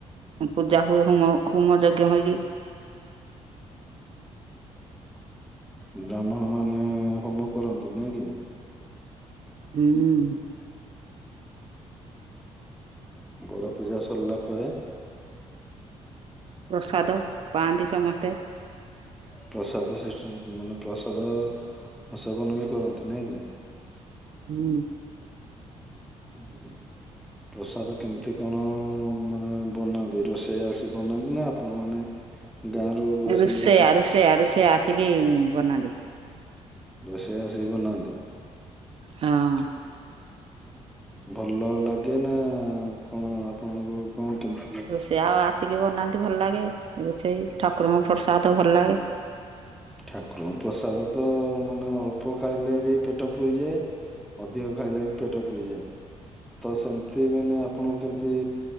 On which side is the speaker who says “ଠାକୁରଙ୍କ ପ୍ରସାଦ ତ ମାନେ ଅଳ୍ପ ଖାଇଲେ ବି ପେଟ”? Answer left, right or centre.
Centre